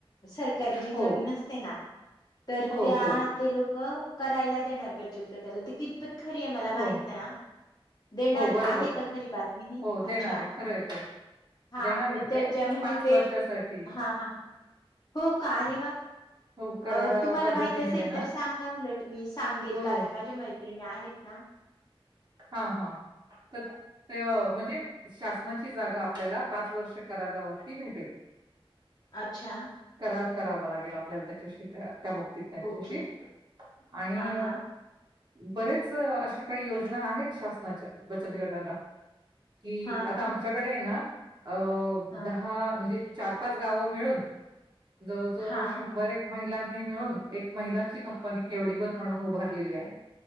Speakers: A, on the left (about 40°); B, on the right (about 50°).
A: सरकारी जी
B: हो,
A: जमीन असते ना, तर
B: हो,
A: त्या
B: हो,
A: ते लोक क करायला देणार बचत गटाला ते कि पत खरी आहे मला
B: हो,
A: माहित नाही हा, देणार
B: हो, बरोबर
A: का आहे का खरी बातमी ही?
B: हो,
A: अच्छा!
B: देणार आहे. खरं आहे ते.
A: हा
B: देणार
A: मग
B: आहेत
A: त्याच्या
B: ते
A: म्हणजे ते
B: वर्षासाठी.
A: हा हा हो का? अरे वा!
B: हो,
A: अ
B: करारा
A: तुम्हाला
B: पद्धतीने
A: माहित असेल
B: देणार.
A: तर सांगा उलट मी सांगेल
B: हो.
A: कारण माझ्या मैत्रिणी आहेत. ना
B: हा हा तत त्य म्हणजे शासनाची जागा आपल्याला पाच वर्ष करारावरती भेटेल.
A: अच्छा!
B: करार करावा लागेल आपल्याला त्याच्याशी त्या त्या बाबतीत त्यांच्याशी
A: ओके.
B: आणि
A: हां, हां.
B: बरेच अशा काही योज ना आहेत शासनाच्या बचत गटाला कि
A: हां,
B: आता
A: हां.
B: आमच्याकडे ये ना अ
A: हां.
B: दहा म्हणजे चार पाच गावं मिळून जवळ जवळ
A: हां.
B: शंभर एक महिलांनी मिळून एक महिलाची कंपनी केवडी बन म्हणून उभारलेली आहे.